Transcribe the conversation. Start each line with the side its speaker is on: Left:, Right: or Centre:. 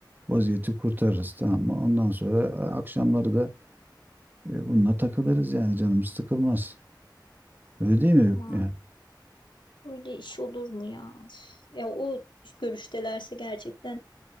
Right: vaziyeti kurtarırız tamam mı? Ondan sonra e, akşamları da E, bununla takılırız yani canımız sıkılmaz. Öyle değil mi?
Left: ama
Right: Yani,
Left: öyle iş olur mu ya? Üf, Ya o görüştelerse gerçekten